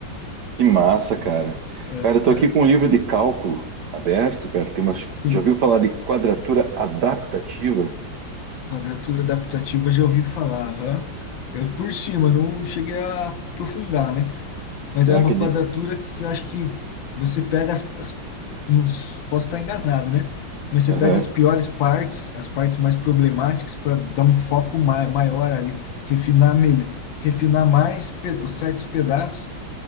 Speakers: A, on the right; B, on the left.
A: Que massa, cara.
B: Aham.
A: Cara, eu tô aqui com um livro de cálculo aberto, cara. Tem umas...
B: Sim,
A: Já ouviu falar de quadratura adaptativa?
B: quadratura adaptativa já ouvi falar. aham. Eu por cima, não cheguei a aprofundar, né? Mas
A: Será
B: é uma
A: que...
B: quadratura que eu acho que você pega as, as- não s- posso estar enganado, né? Mas você
A: Aham.
B: pega as piores partes, as partes mais problemáticas para dar um foco ma maior ali, refinar melhor, refinar mais ped- certos pedaços